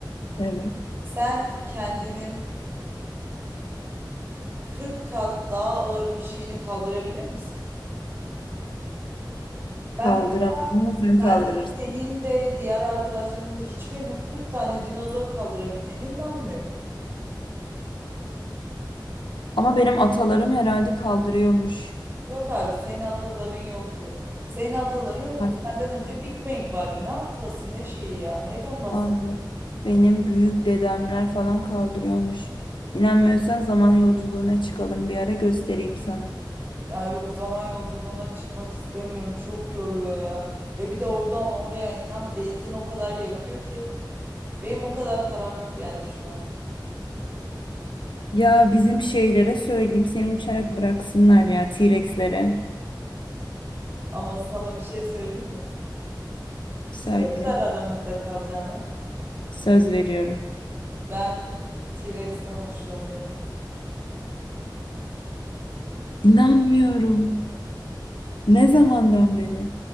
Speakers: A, on the left; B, on the right.
A: Evet.
B: Sen kendinin 40 kat daha ağır bir şeyini kaldırabilir misin? Ben
A: Kaldıramıyorum
B: mesela
A: ama sen
B: ben
A: kaldırırsın.
B: senin de diğer arkadaşlarının da hiçbirinin 40 tane dinozor kaldırabileceğine inanmıyorum.
A: Ama benim atalarım herhalde kaldırıyormuş.
B: Yok abi senin ataların yoktu. Senin ataların yoktu.
A: Hani
B: Senden önce Big Bang vardı. Ne atası ne şeyi ya. Neyden bahs?
A: Var- Vardı. Benim büyük dedemler falan kaldırıyormuş. İnanmıyorsan zaman yolculuğuna çıkalım bir ara göstereyim sana.
B: Ya yok zaman yolculuğuna çıkmak istemiyorum. Çok yoruyor ya. Ya bir de oradan oraya inan benzin o kadar yakıyor ki. Benim o kadar param yok yani şu an.
A: Ya bizim şeylere söyleyeyim seni uçarak bıraksınlar ya T-Rex'lere.
B: Ama sana bir şey söyleyeyim mi?
A: Söyle.
B: Sözler aramızda kalacağına.
A: Söz veriyorum.
B: Ben T-Rex'ten hoşlanıyorum.
A: İnanmıyorum. Ne zamandan beri?